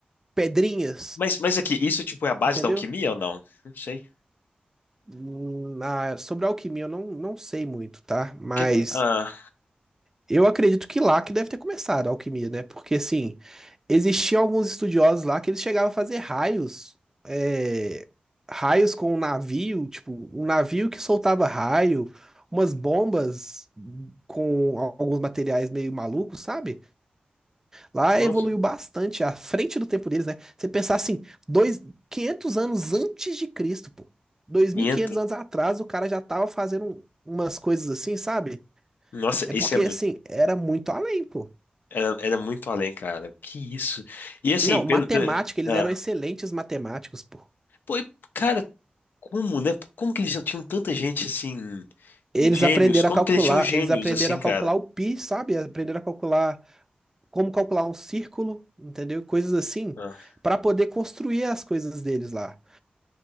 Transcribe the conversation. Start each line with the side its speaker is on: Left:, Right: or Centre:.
Right: pedrinhas,
Left: mas, mas aqui, isso tipo é a base
Right: entendeu?
Left: da alquimia ou não? Não sei.
Right: Hum, ah, sobre a alquimia eu não, não sei muito, tá? Mas
Left: Que, pa- ah,
Right: Eu acredito que lá que deve ter começado a alquimia, né? Porque, assim, existiam alguns estudiosos lá que eles chegavam a fazer raios, é, raios com um navio, tipo, um navio que soltava raio, umas bombas com al- alguns materiais meio malucos, sabe? Lá
Left: nossa.
Right: evoluiu bastante, à frente do tempo deles, né? Você pensar assim, dois, 500 anos antes de Cristo, pô. dois
Left: 500.
Right: mil e quinhentos anos atrás, o cara já tava fazendo um, umas coisas assim, sabe?
Left: Nossa,
Right: É
Left: isso
Right: porque,
Left: é muito,
Right: assim, era muito além, pô.
Left: era, era muito além, cara. Que isso. E assim,
Right: Não,
Left: pelo,
Right: matemática,
Left: pelo,
Right: eles
Left: ah,
Right: eram excelentes matemáticos, pô.
Left: pô, e, cara, como, né? Como que eles tinham tanta gente assim,
Right: Eles
Left: gênios?
Right: aprenderam
Left: Como
Right: a calcular,
Left: que eles tinham gênios
Right: eles aprenderam
Left: assim,
Right: a calcular
Left: cara?
Right: o pi, sabe? Aprenderam a calcular como calcular um círculo, entendeu? Coisas assim,
Left: Ah,
Right: para poder construir as coisas deles lá.